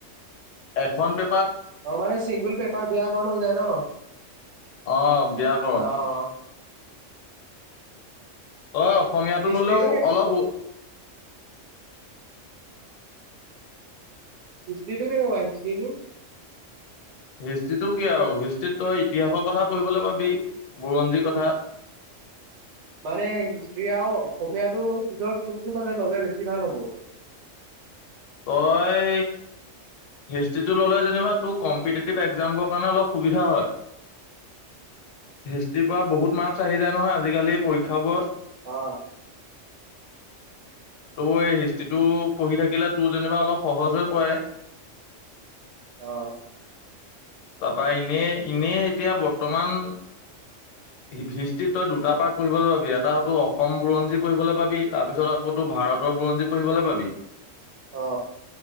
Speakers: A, on the left; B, on the right.
A: এথোন পে
B: অ মানে চিংগুল পেপাৰ বিেয়াকৰণ হয় যায় ন?
A: অ ব্যাকৰণ
B: অহ
A: তই অসমীয়াটো
B: হিষ্ট্ৰীটো
A: ল'লেও অলপ
B: হিষ্টৰী টো কেনেকুৱা হিষ্টৰী টো?
A: হিষ্ট্ৰিটো কি আৰু হিষ্ট্ৰ্ৰী তই ইতিহাসৰ কথা পঢ়িবলৈ পাবি বুৰঞ্জী কথা।
B: মানে হিষ্ট্ৰ্ৰী আৰু অসমীয়াটোৰ ভিতৰত কোনটো মানে ললে বেছি ভাল হ'ব?
A: তই হিষ্ট্ৰিটো ললে যেনিবা তোৰ কম্পিটেটিভ এক্জামবৰ কাৰণে অলপ সুবিধা হয়। হিষ্ট্ৰিৰ পৰা বহুত মাৰ্কচ আহি যায় নহয় আজিকালি পৰীক্ষাবোৰত।
B: অহ
A: ত' এই হিষ্ট্ৰিটো পঢ়ি থাকিলে তোৰ যেনিবা অলপ সহজ হৈ পৰে।
B: অহ
A: তাৰপা এনে এনেই এতিয়া বৰ্তমান হৃষ্টিত তই দুটা পাৰ্তত পঢ়িবলৈ পাবি এটা হতো অসম বুৰঞ্জী পঢ়িবলৈ পাবি তাৰ পিছত আকৌতো ভাৰতৰ বুৰঞ্জী পঢ়িবলৈ পাবি।
B: অ